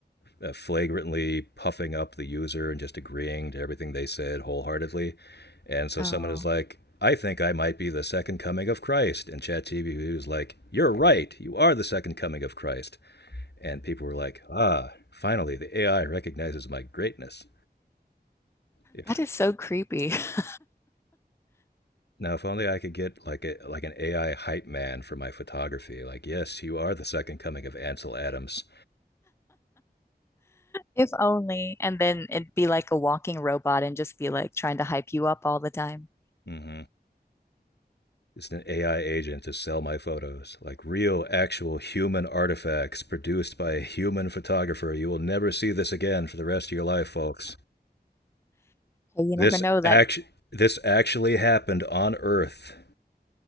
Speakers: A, on the left; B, on the left.
A: uh, flagrantly puffing up the user and just agreeing to everything they said wholeheartedly. And so
B: oh,
A: someone is like, I think I might be the second coming of Christ. And ChatGPT was like, You're right. You are the second coming of Christ. And people were like, Ah, finally, the AI recognizes my greatness. If
B: that is so creepy. <laughs>
A: now, if only I could get like a like an AI hype man for my photography. Like, yes, you are the second coming of Ansel Adams.
B: If only, and then it'd be like a walking robot and just be like trying to hype you up all the time.
A: Mm-hmm. It's an AI agent to sell my photos. Like real, actual human artifacts produced by a human photographer. You will never see this again for the rest of your life, folks.
B: Hey, you
A: This
B: never know that.
A: act- this actually happened on Earth.